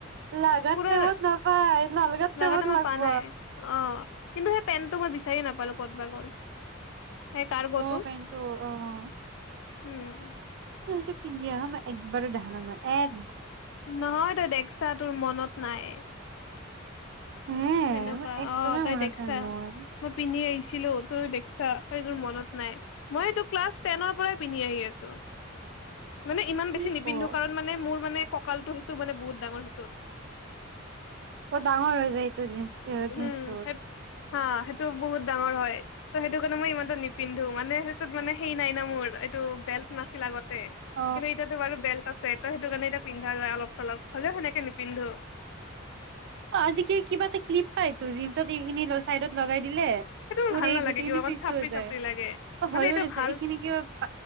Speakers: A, on the right; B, on the left.
A: লাগাততে
B: পুৰা
A: বত নাপাই লালগাত
B: লগা
A: বত
B: টাইমত
A: লাগব
B: পোৱা নাই অ কিন্তু সেই পেণ্টটো মই বিচাৰিয়ে নাপালো ক'ত বা গ'ল সেই কাৰ্গোটো
A: অ পটোো অ অ
B: উম!
A: স সেইটো পিন্ধি অহা ম একবাৰো ডান মই এক
B: নহয় তই দেখছা তোৰ মনত নাই
A: হে
B: সেনেকুৱা
A: মই একদমেই
B: অ তই
A: মনত
B: দেখছা
A: নাই মোৰ
B: মই পিন্ধি আহিছিলো ত ম ন মই্ানৰ পৰান্ধ মানে ইমান
A: কি
B: বেছি নিপিন্ধো
A: ক
B: কাৰণ মানে মোৰ মানে কঁকালটো সেইটো মানে বহুত ডাঙৰ সেইটোত
A: বহত ডাঙৰ হৈ যায় জিন্ এ
B: উম
A: জিন্সটো
B: সেই হা সেইটো বহুত ডাঙৰ হয় ত সেইটো কাৰণে মই ইমানো নিপিন্ধো মানে সেইটোত মানে সেই নাই না মোৰ এইটো বেল্ট নাছিল আগত
A: অ'।
B: কিন্তু ইতিয়াতে বাৰু বেল্ট আছে ত সেইটো কাৰণে এতিয়া পিন্ধা যায় অলপ চলপ হ'লেও সেনেকে নিপিন্ধো
A: অ আজি কি কিবা এটা ক্লিপ পায় তো জিন্চত এইখিনি চাইডত লগাই দিলে
B: সেইটো
A: দৰে
B: ভাল নালাগে
A: গোটেইখিনি
B: কিবা অকণ
A: ফিক্স
B: চাপৰি
A: হৈ যায়
B: চাপৰি লাগে
A: অ
B: মানে
A: হয়য়ো
B: এতিয়া
A: দিছ
B: ভাল
A: এইখিনি কিবা স